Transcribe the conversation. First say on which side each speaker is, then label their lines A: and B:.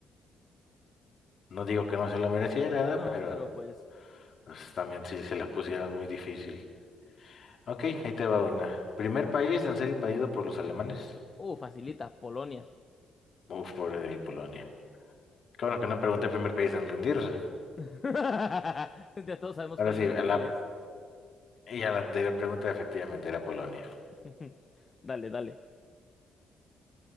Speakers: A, on the left; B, on the left.
A: No digo que no se lo mereciera, ¿verdad?
B: No,
A: Pero
B: pero pues,
A: pues, también sí se la pusieron muy difícil. Ok, ahí te va una. Primer país en ser invadido por los alemanes.
B: uh, facilita, Polonia.
A: Uf, pobre de mi Polonia. Qué bueno que no pregunté primer país en rendirse.
B: <laughs> Ya todos sabemos
A: Ahora
B: cuál,
A: sí,
B: cuál
A: la
B: es.
A: Y a la anterior pregunta efectivamente era Polonia.
B: <laughs> Dale, dale.